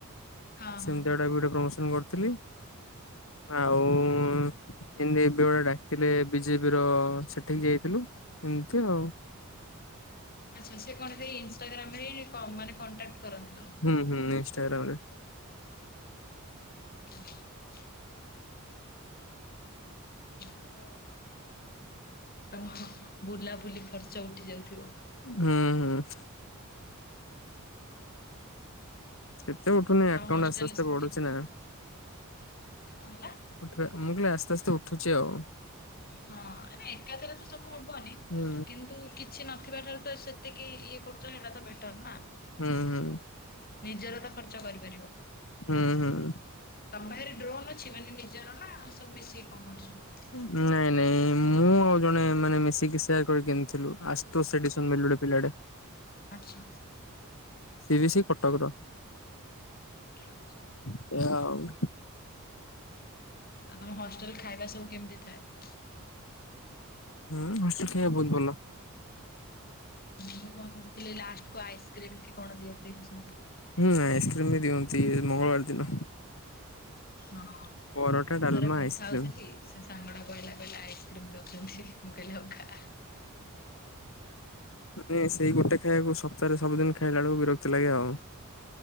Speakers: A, on the left (about 45°); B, on the left (about 65°).
A: ହଁ
B: ସେମିତି
A: ହଁ।
B: ଟାଇପ୍ ର ଗୋଟେ ପ୍ରମୋସନ କରିଥିଲି, ଆଉ ଏମିତି ବେଳେ ବେଳେ ଡାକିଥିଲେ ବିଜେପି ର ସେଠିକି ଯାଇଥିଲୁ, ଏମିତି ଆଉ।
A: ଆଛା ସେ କଣ ସେ ଇନଷ୍ଟାଗ୍ରାମ ରେ ମାନେ କଣ୍ଟାକ୍ଟ କରନ୍ତି ତମ
B: ହୁଁ, ହୁଁ, ଇନଷ୍ଟାଗ୍ରାମ ରେ।
A: ଭଲ ଭଲ ଆଉ ତମ ବୁଲାବୁଲି ଖର୍ଚ୍ଚ ଉଠି ଯାଉଥିବ।
B: ହୁଁ ହୁଁ। କେତେ ଉଠୁନି ଆକାଉଣ୍ଟ
A: ତମ ହଷ୍ଟେଲରେ
B: ଆସ୍ତେ ଆସ୍ତେ
A: ସବୁ
B: ବଢୁଚି
A: କେମିତି
B: ନା।
A: ହେଲା।
B: ଉଠିବା ମୁଁ କହିଲି ଆସ୍ତେ ଆସ୍ତେ ଉଠୁଚି ଆଉ।
A: ହଁ ଏକାଥରେ ତ ସବୁ ହବନି
B: ହୁଁ
A: କିନ୍ତୁ କିଛି ନଥିବା ଠାରୁ ତ ସେତିକି ଇଏ କରୁଚ ସେଇଟା ତ ବେଟର ନା।
B: ହୁଁ ହୁଁ।
A: ନିଜର ତ ଖର୍ଚ୍ଚ କରିପାରିବ।
B: ହୁଁ ହୁଁ।
A: ତମ ପାଖରେ ଡ୍ରୋନ୍ ଅଛି ମାନେ ନିଜର ନା ସବୁ ମିଶିକି କଣ କରୁଚ।
B: ନାଇଁ ନାଇଁ ମୁଁ ଆଉ ଜଣେ ମାନେ ମିଶିକି ସେୟାର କରି କିଣିଥିଲୁ ଆ ତ ସେ ପିଲାଡେ
A: ଆଚ୍ଛା।
B: ତିରିଶି କଟକର।
A: ଆଚ୍ଛା।
B: <unintelligible>
A: ଆଉ ତମ ହଷ୍ଟେଲରେ ଖାଇବା ସବୁ କେମିତି ଥାଏ।
B: ହୁଁ ହସି ଖାଇବା ବୋହୁତ ଭଲ।
A: ମୁଁ କଣ ଶୁଣିଥିଲି ଲାଷ୍ଟ କୁ ଆଇସ୍କ୍ରିମ କି କଣ ଦିଅନ୍ତି, ମୁଁ ଶୁଣି
B: ହୁଁ ଆଇସ୍କ୍ରିମ ବି ଦିଅନ୍ତି ମଙ୍ଗଳବାର ଦିନ।
A: ହଁ ମୁଁ
B: ପରଟା ଡାଲମା
A: ଥରେ କଥା
B: ଆଇସ୍କ୍ରିମ।
A: ହୋଉଥିଲି। ସାଙ୍ଗଟା କହିଲା କହିଲା ଆଇସ୍କ୍ରିମ ଦୋଉଚନ୍ତି ମୁଁ କହିଲି ହୋଉ ଆ।
B: ମାନେ ସେଇ ଗୋଟେ ଖାଇବାକୁ ସପ୍ତାହରେ ସବୁଦିନ ଖାଇଲା ବେଳକୁ ବିରକ୍ତ ଲାଗେ ଆଉ।